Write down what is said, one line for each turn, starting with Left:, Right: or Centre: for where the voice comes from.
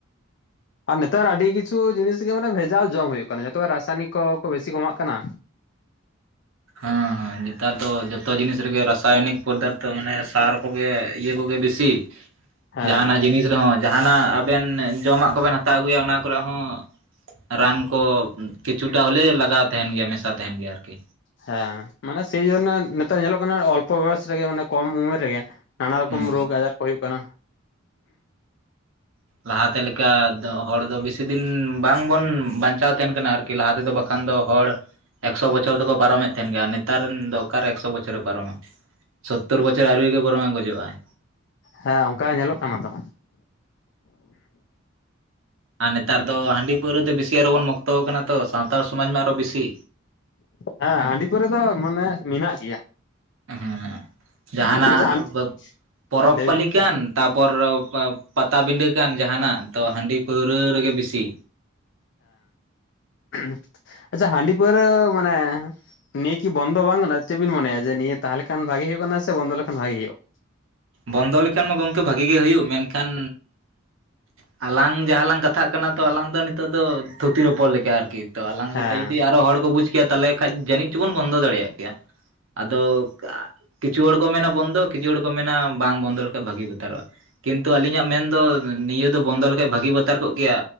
Left: ᱟᱨ ᱱᱮᱛᱟᱨ ᱟᱹᱰᱤ ᱠᱤᱪᱷᱩ ᱡᱤᱱᱤᱥ ᱜᱮ ᱢᱟᱱᱮ ᱵᱷᱮᱡᱟᱞ ᱡᱚᱢ ᱦᱩᱭᱩᱜ ᱠᱟᱱᱟ ᱡᱚᱛᱚ ᱨᱟᱥᱟᱭᱚᱱᱤᱠ ᱠᱚ ᱵᱤᱥᱤ ᱠᱚ ᱮᱢᱟᱜ ᱠᱟᱱᱟ᱾
Right: ᱦᱮᱸ ᱦᱮᱸ᱾ ᱱᱮᱛᱟᱨ ᱫᱚ ᱡᱚᱛᱚ ᱡᱤᱱᱤᱥ ᱨᱮᱜᱮ ᱨᱟᱥᱟᱭᱚᱱᱤᱠ ᱯᱚᱫᱟᱨᱛᱷᱚ ᱢᱟᱱᱮ ᱥᱟᱨ ᱠᱚᱜᱮ ᱤᱭᱟᱹ ᱠᱚᱜᱮ ᱵᱮᱥᱤ᱾
Left: ᱦᱮᱸ
Right: ᱡᱟᱦᱱᱟᱜ ᱡᱤᱱᱤᱥ ᱨᱮᱦᱚᱸ ᱡᱟᱦᱟᱱᱟᱜ ᱟᱵᱮᱱ ᱡᱚᱢᱟᱜ ᱠᱚᱵᱮᱱ ᱦᱟᱛᱟᱣ ᱟᱹᱜᱩᱭᱟ ᱚᱱᱟ ᱠᱚᱨᱮ ᱦᱚᱸ ᱨᱟᱱ ᱠᱚ ᱠᱤᱪᱷᱩᱴᱟ ᱦᱚᱞᱮᱣ ᱞᱟᱜᱟᱣ ᱛᱟᱦᱮᱱ ᱜᱮᱭᱟ ᱢᱮᱥᱟ ᱛᱟᱦᱮᱱ ᱜᱮᱭᱟ ᱟᱨᱠᱤ᱾
Left: ᱦᱮᱸ ᱢᱟᱱᱮ ᱥᱮᱭᱡᱚᱱᱱᱮ ᱱᱮᱛᱟᱨ ᱧᱮᱞᱚᱜ ᱠᱟᱱᱟ ᱚᱞᱯᱚ ᱵᱚᱭᱚᱥ ᱨᱮᱜᱮ ᱢᱟᱱᱮ ᱠᱚᱢ ᱩᱢᱮᱨ ᱨᱮᱜᱮᱼᱼ ᱱᱟᱱᱟ ᱨᱚᱠᱚᱢ
Right: ᱦᱩᱸ
Left: ᱨᱳᱜᱽ ᱟᱡᱟᱨ ᱠᱚ ᱦᱩᱭᱩᱜ ᱠᱟᱱᱟ᱾
Right: ᱞᱟᱦᱟᱛᱮ ᱞᱮᱠᱟ ᱦᱚᱲ ᱫᱚ ᱵᱮᱥᱤ ᱫᱤᱱ ᱵᱟᱝᱵᱚᱱ ᱵᱟᱧᱪᱟᱣ ᱛᱟᱦᱮᱱ ᱠᱟᱱᱟ ᱟᱨᱠᱤ᱾ ᱠᱤ ᱞᱟᱦᱟ ᱛᱮᱫᱚ ᱵᱟᱠᱷᱟᱱ ᱫᱚ ᱦᱚᱲ᱾ ᱮᱠᱥᱚ ᱵᱚᱪᱷᱚᱨ ᱫᱚᱠᱚ ᱯᱟᱨᱚᱢ ᱮᱱ ᱛᱟᱦᱮᱱ ᱟᱨ ᱱᱮᱛᱟᱨ ᱨᱮᱱ ᱫᱚᱨᱠᱟᱨ ᱮᱠᱥᱚ ᱵᱚᱪᱷᱚᱨᱮ ᱯᱟᱨᱚᱢᱟ? ᱥᱳᱛᱳᱚᱨ ᱵᱚᱪᱚᱨ ᱟᱹᱣᱩᱨᱤ ᱨᱮᱜᱮ ᱵᱚᱨᱚᱝᱮ ᱜᱚᱡᱚᱜᱟᱭ᱾
Left: ᱦᱮᱸ ᱚᱱᱠᱟ ᱧᱮᱞᱚᱜ ᱠᱟᱱᱟ ᱛᱚ᱾
Right: ᱟᱨ ᱱᱮᱛᱟᱨ ᱫᱚ ᱦᱟᱺᱰᱤ ᱯᱟᱹᱣᱨᱟᱹ ᱛᱮ ᱵᱤᱥᱤ ᱟᱨᱚ ᱵᱚᱱ ᱢᱩᱠᱛᱚ ᱟᱠᱟᱱᱟ ᱛᱚ ᱥᱟᱱᱛᱟᱲ ᱥᱚᱢᱟᱡᱽ ᱢᱟ ᱟᱨᱚ ᱵᱤᱥᱤ᱾
Left: ᱦᱮᱸ ᱦᱟᱺᱰᱤ ᱯᱟᱹᱣᱨᱟᱹ ᱫᱚ ᱢᱟᱱᱮ ᱢᱮᱱᱟᱜ ᱜᱮᱭᱟ᱾
Right: ᱦᱮᱸ ᱡᱟᱦᱟᱱᱟᱜ
Left: ᱟᱪᱪᱷᱟ ᱦᱟᱺᱰᱤ
Right: ᱵᱟ ᱯᱚᱨᱚᱵᱽ
Left: ᱞᱟᱹᱭ
Right: ᱯᱟᱹᱞᱤ
Left: ᱵᱤᱱ
Right: ᱠᱟᱱ ᱛᱟᱯᱚᱨ ᱯᱟᱛᱟᱵᱤᱱᱵᱟᱹ ᱠᱟᱱ ᱡᱟᱦᱟᱱᱟᱜ ᱛᱚ ᱦᱟᱺᱰᱤ᱾ ᱯᱟᱹᱣᱨᱟᱹ ᱨᱮᱜᱮ ᱵᱮᱥᱤ᱾
Left: ᱦᱮᱸ ᱟᱪᱪᱷᱟ ᱦᱟᱺᱰᱤ ᱯᱟᱹᱣᱨᱟᱹ ᱢᱟᱱᱮ ᱱᱤᱭᱟᱹ ᱠᱤ ᱵᱚᱱᱫᱚ ᱵᱟᱝ ᱜᱟᱱᱚᱜ-ᱟ ᱪᱮᱫ ᱵᱤᱱ ᱢᱚᱱᱮᱭᱟ ᱡᱮ ᱱᱤᱭᱟᱹ ᱛᱟᱦᱚᱞᱮ ᱠᱷᱟᱱ ᱵᱷᱟᱜᱮ ᱦᱳᱭᱳᱜ ᱠᱟᱱᱟ ᱥᱮ ᱵᱚᱱᱫᱚ ᱞᱮᱠᱷᱟᱱ ᱵᱷᱟᱜᱮ ᱦᱳᱭᱳᱜᱼᱟ᱾
Right: ᱵᱚᱱᱫᱚ ᱞᱮᱠᱷᱟᱱ ᱢᱟ ᱜᱚᱝᱠᱮ ᱵᱷᱟᱜᱤ ᱜᱮ ᱦᱩᱭᱩᱜᱼᱟ ᱢᱮᱱᱠᱷᱟᱱ ᱟᱞᱟᱝ ᱡᱟᱦᱟᱸ ᱞᱟᱝ ᱠᱟᱛᱷᱟᱜ ᱠᱟᱱᱟ ᱛᱚ ᱟᱞᱟᱝ ᱱᱤᱛᱚᱜ ᱫᱚ ᱛᱷᱩᱛᱤ ᱨᱚᱯᱚᱲ ᱞᱮᱠᱟ ᱟᱨᱠᱤ ᱛᱚ ᱟᱞᱟᱝ
Left: ᱦᱮᱸ
Right: ᱞᱮᱠᱟ ᱡᱩᱫᱤ ᱟᱨᱚ ᱦᱚᱲ ᱠᱚ ᱵᱩᱡᱽ ᱠᱮᱭᱟ ᱛᱟᱦᱚᱞᱮ ᱠᱷᱟᱱᱡ ᱡᱟᱹᱱᱤᱡ ᱪᱚᱵᱚᱱ ᱵᱚᱱᱫᱚ ᱫᱟᱲᱮᱭᱟᱜ ᱠᱮᱭᱟ᱾ ᱟᱫᱚ ᱠᱤᱪᱷᱩ ᱦᱚᱲ ᱠᱚ ᱢᱮᱱᱟ ᱵᱚᱱᱫᱚ ᱠᱤᱪᱷᱩ ᱦᱚᱲ ᱠᱚ ᱢᱮᱱᱟ ᱵᱟᱝ ᱵᱚᱱᱫᱚ ᱞᱮᱠᱷᱟᱱᱡ ᱵᱷᱟᱜᱤ ᱵᱟᱛᱟᱨᱚᱜᱼᱟ᱾ ᱠᱤᱱᱛᱩ ᱟᱹᱞᱤᱧᱟᱜ ᱢᱮᱱᱫᱚ, ᱱᱤᱭᱟᱹ ᱫᱚ ᱵᱚᱱᱫᱚ ᱞᱮᱠᱷᱟᱱᱡ ᱵᱷᱟᱹᱜᱤ ᱵᱟᱛᱟᱨ ᱠᱚᱜ ᱠᱮᱭᱟ